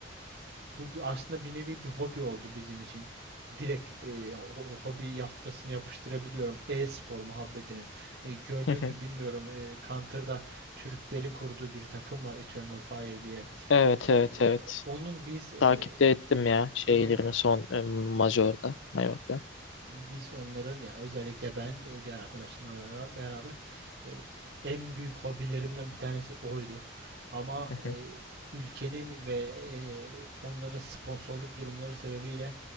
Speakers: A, on the right; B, on the left.
A: bu bir- aslında bir nevi bir hobi oldu bizim için. Direkt e, ho- hobi yaftasını yapıştırabiliyorum e-spor muhabbetine. E, gördün
B: <laughs>
A: mü bilmiyorum. E, Counter'da Türklerin kurduğu bir takım var Eternal Fire diye.
B: Evet,
A: Eee,
B: evet, evet.
A: onun biz eee,
B: Takipte ettim ya şeylerini
A: onun
B: son e, Major'da, Major'da.
A: biz onların ya özellikle ben eee, diğer arkadaşlarımla bera- beraber eee, en büyük hobilerimden bir tanesi oydu. Ama
B: <laughs>
A: eee, ülkenin ve eee, onların sponsorluk durumları sebebiyle